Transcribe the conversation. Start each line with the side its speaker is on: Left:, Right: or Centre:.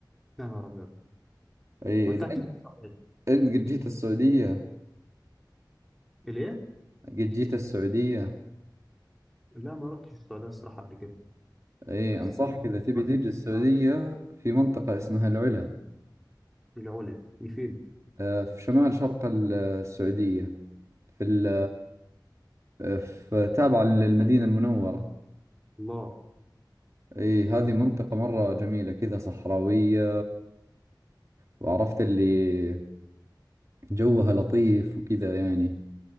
Centre: يا نهار ابيض
Right: ايه
Centre: وانت
Right: إذا
Centre: قاعد
Right: أنت
Centre: فين في السعوديه
Right: أنت قد جيت السعودية
Centre: ليه
Right: قد جيت السعودية
Centre: لا ما رحتش السعوديه الصراحه قبل كده
Right: ايه
Centre: بس
Right: أنصحك
Centre: يعني
Right: إذا تبي
Centre: الواحد
Right: تيجي السعودية
Centre: يطلع
Right: في منطقة اسمها العلا
Centre: العلا دي فين
Right: آه، في شمال شرق ال- السعودية في ال في تابعة للمدينة المنورة
Centre: الله
Right: ايه هذه منطقة مرة جميلة كذا صحراوية وعرفت اللي جوها لطيف وكذا يعني